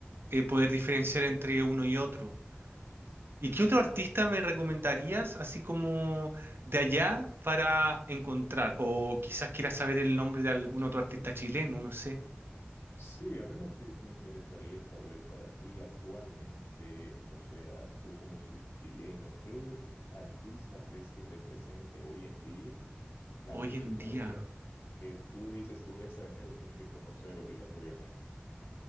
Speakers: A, on the right; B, on the left.
A: eh, poder diferenciar entre uno y otro. ¿Y qué otro artista me recomendarías, así como de allá, para encontrar? O quizás quieras saber el nombre de algún otro artista chileno, no sé.
B: Sí, a mí me, inte- me interesaría saber para ti actualmente, o sea, tú como si- chileno, ¿qué artista crees que represente hoy en día? la
A: Hoy
B: música
A: en día.
B: de allá, que tú dices que un extranjero tiene que conocer obligatoriamente.